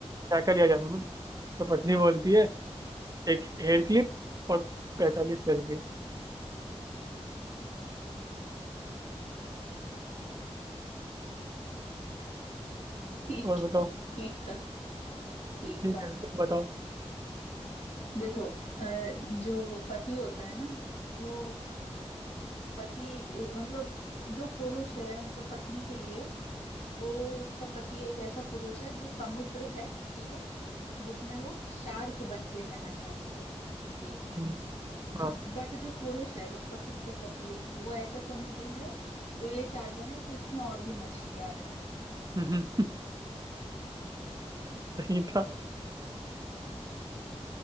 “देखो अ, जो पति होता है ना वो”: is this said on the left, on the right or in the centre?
Left